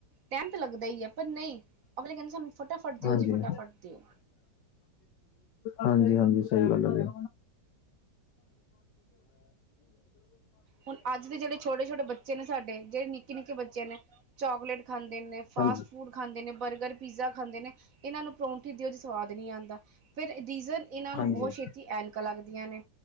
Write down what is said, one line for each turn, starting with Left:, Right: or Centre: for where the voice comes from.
Right: ਟਹਿਤ ਲੱਗਦਾ ਹੀ ਹੈ ਪਰ ਨਹੀਂ ਅਗਲੇ ਕਹਿੰਦੇ ਸਾਨੂੰ ਫਟਾਫਟ ਦਿਓ
Left: ਹਾਂਜੀ
Right: ਜੀ ਫਟਾਫਟ ਦਿਓ
Left: ਹਾਂਜੀ, ਹਾਂਜੀ ਸਹੀ ਗੱਲ ਹੈ।
Right: ਹੁਣ ਅੱਜ ਦੇ ਜਿਹੜੇ ਛੋਟੇ, ਛੋਟੇ ਬੱਚੇ ਨੇ ਸਾਡੇ ਜਿਹੜੇ ਨਿੱਕੇ, ਨਿੱਕੇ ਬੱਚੇ ਨੇ ਚਾਕਲੇਟ ਖਾਂਦੇ ਨੇ ਫਾਸਟ
Left: ਹਾਂਜੀ
Right: ਫੂਡ ਖਾਂਦੇ ਨੇ ਬਰਗਰ ਪੀਜ਼ਾ ਖਾਂਦੇ ਨੇ ਇਹਨਾਂ ਨੂੰ ਪਰੌਂਠੀ ਦਿਓਦੀ ਸਵਾਦ ਨਹੀਂ ਆਉਂਦਾ ਫਿਰ ਰੀਜ਼ਨ ਇਹਨਾਂ ਨੂੰ
Left: ਹਾਂਜੀ
Right: ਬਹੁਤ ਛੇਤੀ ਐਨਕਾਂ ਲੱਗਦੀਆਂ ਨੇ